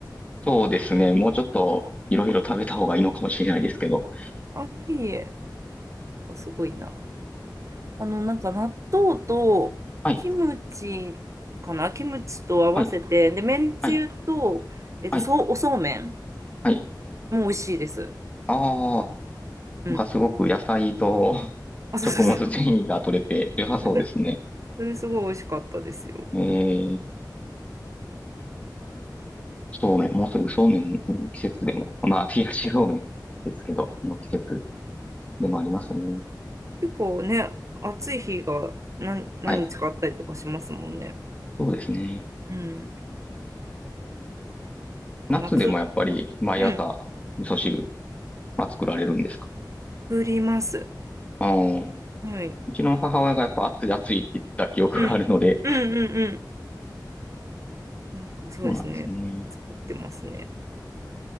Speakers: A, on the left (about 15°); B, on the right (about 45°).
A: そうですね、もうちょっといろいろ食べた方がいいのかもしれないですけど。
B: あ、いえいえ。なんかすごいな。あの、なんか納豆とキムチかなキムチと合わせて、
A: はい、はい、
B: で、めんつゆと、
A: はい、
B: えっと、
A: はい、
B: そう、おそうめん
A: はい。
B: も美味しいです。
A: ああ、
B: うん。
A: なんかすごく野菜と <laughs>
B: あ、そうそうそう。
A: 食物繊維が取れて良さそうですね。
B: <laughs> それすごい美味しかったですよ。
A: えー、そうめん、もうすぐそうめんの季節でも、まあ、冷やしそうめんですけど、の季節でもありますね。
B: 結構ね、暑い日が何、何日かあったりとかしますもんね。
A: はい。そうですね。
B: うん。なんか夏、
A: 夏でもやっぱり毎朝味噌汁
B: うん、
A: は作られるんですか
B: 作ります。
A: あの、
B: はい。
A: うちの母親がやっぱ暑い暑いって言ってた記憶があるので、
B: うん。うんうんうん。なんかそうですね。
A: そうなんですね。
B: 作ってますね。